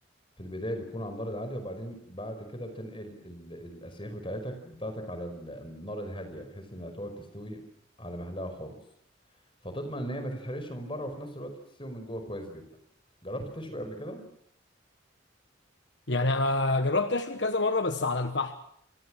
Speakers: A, on the left; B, on the left.
A: في البدايه بتكون على النار العاليه وبعدين بعد كده بتنقل ال- الاسياخ بتاعتك بتاعتك على ال- النار الهاديه بحيث انها تقعد تستوي على مهلها خالص فتضمن ان هي ما تتحرقش من بره وفي نفس الوقت تستوي من جوه كويس جدا جربت تشوي قبل كده
B: يعني انا جربت اشوي كذا مره بس على الفحم